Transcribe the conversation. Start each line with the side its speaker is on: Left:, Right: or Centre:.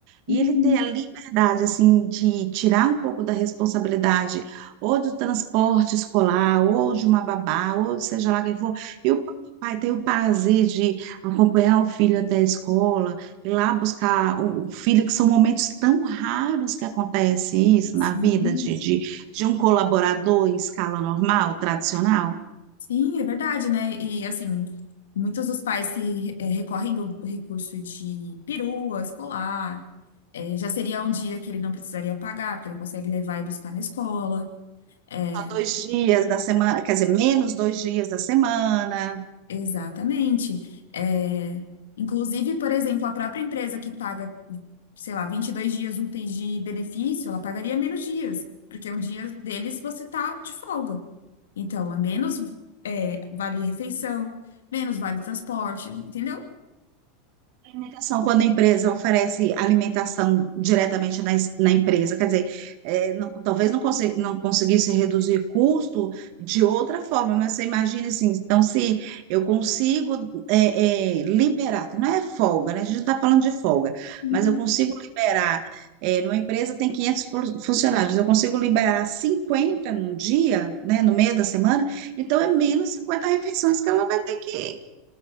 Left: Uhum.
Right: E ele ter a liberdade, assim, de tirar um pouco da responsabilidade, ou do transporte escolar, ou de uma babá, ou de seja lá quem for. E o pai tem o prazer de acompanhar o filho até a escola, ir lá buscar o o filho, que são momentos tão raros que acontece isso
Left: Sim,
Right: na vida de, de, de um colaborador em escala normal, tradicional.
Left: sim, é verdade, né? E assim, muitos dos pais se eh, recorrem do recurso de perua escolar. Eh, já seria um dia que ele não precisaria pagar, porque ele consegue levar e buscar na escola. é,
Right: Só dois dias da semana, quer dizer, menos dois dias da semana.
Left: Exatamente. É, inclusive, por exemplo, a própria empresa que paga, sei lá, 22 dias úteis de benefício, ela pagaria menos dias, porque um dia deles você está de folga. Então, é menos, é, vale refeição, menos vale transporte, entendeu?
Right: Alimentação, quando a empresa oferece alimentação diretamente na, es- na empresa, quer dizer, é, não- talvez não, consi- não conseguisse reduzir custo de outra forma, mas você imagina assim, então se eu consigo é, é, liberar, não é folga, né? A gente não está falando de folga,
Left: Uhum.
Right: mas eu consigo liberar, é, numa empresa tem quinhentos fu- funcionários, eu consigo liberar 50 num dia, né, no meio da semana, então é menos 50 refeições que ela vai ter que